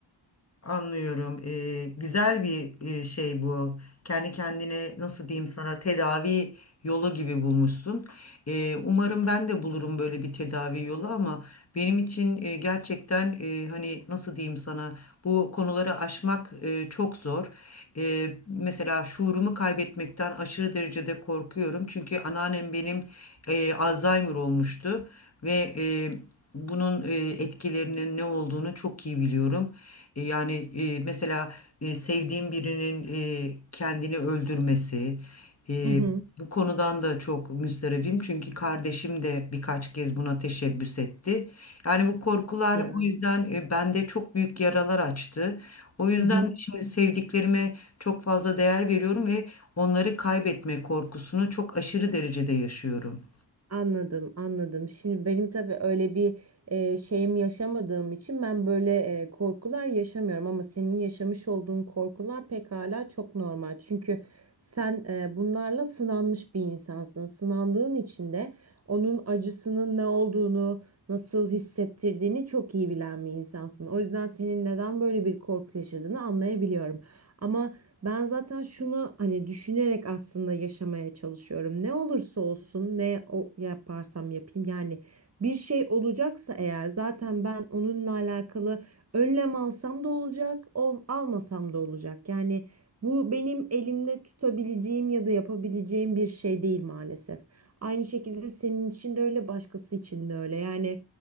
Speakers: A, on the left; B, on the right.
A: Anlıyorum. Ee, güzel bir e, şey bu. Kendi kendine nasıl diyeyim sana tedavi yolu gibi bulmuşsun. Ee, umarım ben de bulurum böyle bir tedavi yolu ama benim için e, gerçekten e, hani nasıl diyeyim sana bu konuları aşmak e, çok zor. Ee, mesela şuurumu kaybetmekten aşırı derecede korkuyorum. Çünkü anneannem benim e, Alzheimer olmuştu ve e, bunun e, etkilerinin ne olduğunu çok iyi biliyorum. E, yani e, mesela e, sevdiğim birinin e, kendini öldürmesi, e,
B: Hı hı.
A: bu konudan da çok müsterebim çünkü kardeşim de birkaç kez buna teşebbüs etti. Yani bu korkular
B: Ya.
A: o yüzden e, bende çok büyük yaralar açtı. O yüzden
B: Hı hı.
A: de şimdi sevdiklerime çok fazla değer veriyorum ve onları kaybetme korkusunu çok aşırı derecede yaşıyorum.
B: Anladım, anladım. Şimdi benim tabii öyle bir e, şeyim yaşamadığım için ben böyle e, korkular yaşamıyorum ama senin yaşamış olduğun korkular pekala çok normal. Çünkü sen e, bunlarla sınanmış bir insansın. Sınandığın için de onun acısının ne olduğunu, nasıl hissettirdiğini çok iyi bilen bir insansın. O yüzden senin neden böyle bir korku yaşadığını anlayabiliyorum. Ama ben zaten şunu hani düşünerek aslında yaşamaya çalışıyorum. Ne olursa olsun, ne o yaparsam yapayım yani bir şey olacaksa eğer zaten ben onunla alakalı önlem alsam da olacak, ol- almasam da olacak. Yani bu benim elimle tutabileceğim ya da yapabileceğim bir şey değil maalesef. Aynı şekilde senin için de öyle, başkası için de öyle. Yani